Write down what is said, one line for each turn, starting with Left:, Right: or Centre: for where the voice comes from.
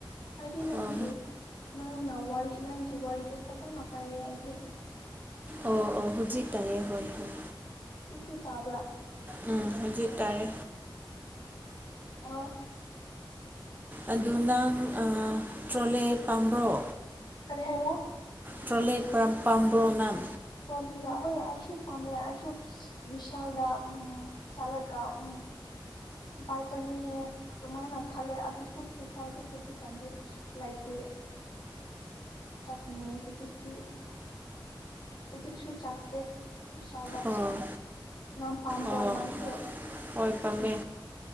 Left: ꯍꯥꯏꯗꯤ ꯅꯪꯒꯤ
Right: ꯑꯣ
Left: ꯅꯪꯅ ꯋꯥꯔꯤ ꯅꯪꯒꯤ ꯋꯥꯔꯤꯗꯨꯣ ꯐꯖꯅ ꯀꯥꯏꯌꯦ ꯍꯥꯏꯗꯤ
Right: ꯑꯣ ꯑꯣ ꯍꯖꯤ ꯇꯥꯏꯌꯦ ꯍꯣꯏ ꯍꯣꯏ
Left: ꯆꯤꯁꯤ ꯇꯥꯕ꯭ꯔꯥ
Right: ꯎꯝ ꯍꯥꯏꯖꯤ ꯇꯥꯔꯦ
Left: ꯑ
Right: ꯑꯗꯨ ꯅꯪ ꯇ꯭ꯔꯣꯂꯦ ꯄꯥꯝꯕ꯭ꯔꯣ
Left: ꯀꯔꯤ ꯍꯥꯏꯕ
Right: ꯇ꯭ꯔꯣꯂꯦ ꯄꯥꯝꯕ꯭ꯔꯣ ꯅꯥꯟ
Left: ꯇꯣꯂꯤꯗ ꯍꯣꯏ ꯑꯩꯁꯨ ꯄꯥꯝꯃꯦ ꯑꯩꯁꯨ ꯕꯤꯚꯤꯁꯥꯜꯗ ꯎꯝ ꯆꯠꯂꯒ ꯎꯝ ꯚꯥꯏ ꯇꯧꯅꯤꯅꯦ ꯑꯗꯨꯃꯥꯏꯅ ꯈꯜꯂꯦ ꯑꯗꯨꯁꯨ ꯄꯩꯁꯥꯗꯤ ꯍꯧꯖꯤꯛꯀꯥꯟꯗꯤ ꯂꯥꯏꯇ ꯇ ꯃꯤ ꯍꯧꯖꯤ ꯃꯊꯛꯁꯨ ꯆꯥꯛꯇꯦ ꯁꯥꯎꯗ
Right: ꯑꯣ
Left: ꯅ ꯄꯥꯝ ꯇꯣꯅꯁꯨ
Right: ꯑꯣ ꯍꯣꯏ ꯄꯥꯝꯃꯦ